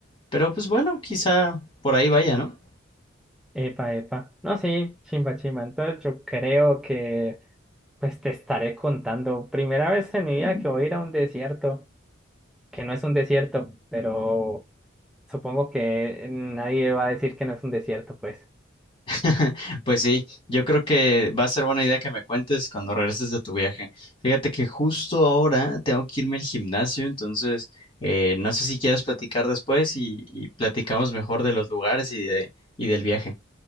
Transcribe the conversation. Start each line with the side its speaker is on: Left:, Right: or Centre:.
Left: pero pues bueno, quizá por ahí vaya, ¿no?
Centre: epa, epa. No, sí, chimba, chimba. Entonces yo creo que pues te estaré contando. Primera vez en mi vida que <laughs> voy a ir a un desierto, que no es un desierto, pero supongo que nadie va a decir que no es un desierto, pues.
Left: <laughs> Pues sí, yo creo que va a ser buena idea que me cuentes cuando regreses de tu viaje. Fíjate que justo ahora tengo que irme al gimnasio, entonces eh, no sé si quieres platicar después y, y platicamos mejor de los lugares y de, y del viaje.